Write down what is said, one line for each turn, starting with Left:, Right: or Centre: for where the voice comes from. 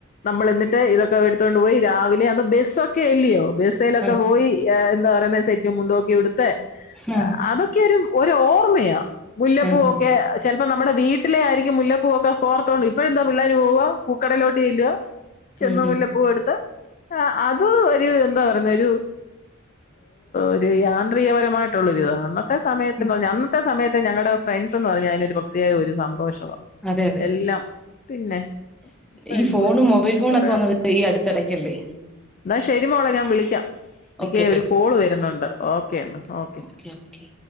Left: നമ്മൾ എന്നിട്ട് ഇതൊക്കെ എടുത്തൊണ്ട് പോയി രാവിലെ അന്ന് ബസ്സൊക്കെ അല്ലിയോ ബസ്സേലൊക്കെ
Centre: ആ
Left: പോയി എന്താ പറയുന്നെ സെറ്റും മുണ്ടുക്കെ ഉടുത്ത്
Centre: ആ
Left: അതൊക്കെരു ഒരു ഓർമ്മയാ മുല്ലപ്പൂവൊക്കെ
Centre: ആ ആ,
Left: ചിലപ്പോ നമ്മുടെ വീട്ടിലെ ആയിരിക്കും മുല്ലപ്പൂവൊക്കെ കോർത്തോണ്ട് ഇപ്പഴ എന്താ പിള്ളേർ പോവ പൂക്കടയിലോട്ട് ചെല്ലുവ ചെന്ന്
Centre: ഉം ഉം
Left: മുല്ല പൂവെടുത്ത് ആ അത് ഒരു എന്താ പറയുന്ന ഒരു ഒരു യാന്ത്രികപരമായിട്ടുള്ളൊരിതാ കാര്ണം ത്തെ സമയത്ത്
Centre: ഉം.
Left: പറഞ്ഞ അന്നത്തെ സമയത്ത് ഞങ്ങളുടെ ഫ്രണ്ട്സ് എന്ന് പറഞ്ഞാ അതിനൊരു പ്രത്യേക ഒരു സന്തോഷവാ
Centre: അതെ അതെ
Left: എല്ലാം പിന്നെ ഇപ്പ
Centre: ഈ
Left: എന്ത്‌
Centre: ഫോണ് മൊബൈൽ ഫോണൊക്കെ
Left: കൊറെ
Centre: വന്നത് ഈ അടുത്തിടയ്ക്കല്ലേ
Left: എന്നാ ശരിമോളെ ഞാൻ വിളിക്കാം നിക്ക്
Centre: ഓക്കെ
Left: ഒരു കോള് വരുന്നുണ്ട് ഓക്കേന്ന ഓക്കെ
Centre: യോക്കെ